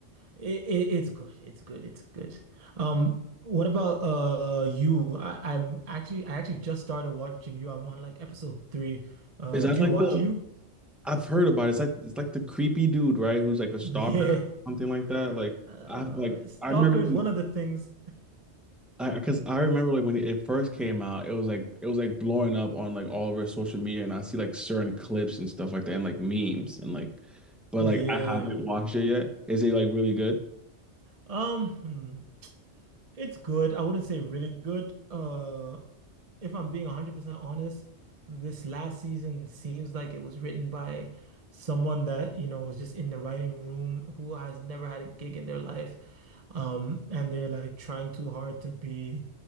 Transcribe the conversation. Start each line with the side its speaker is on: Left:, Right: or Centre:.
Right: it, it it's good. It's good. It's good. Um, what about uh you? I, I'm actually I actually just started watching you. I'm on like episode three. Uh,
Centre: Is that
Right: do
Centre: like
Right: you watch
Centre: the
Right: you? <laughs>
Centre: I've heard about it. It's like it's like the creepy dude, right? Who's like a stalker,
Right: Yeah.
Centre: something like that. Like
Right: Uh,
Centre: I've like
Right: Stalker
Centre: I remember because
Right: is one of the things.
Centre: I because I remember like when it first came out, it was like it was like blowing up on like all over social media, and I see like certain clips and stuff like that, and like memes and like, but like
Right: Yeah.
Centre: I haven't watched it yet. Is it like really good?
Right: Um, hmm. It's good. I wouldn't say really good. Uh, if I'm being 100% honest, this last season seems like it was written by someone that, you know, was just in the writing room who has never had a gig in their life. Um, and they're like trying too hard to be,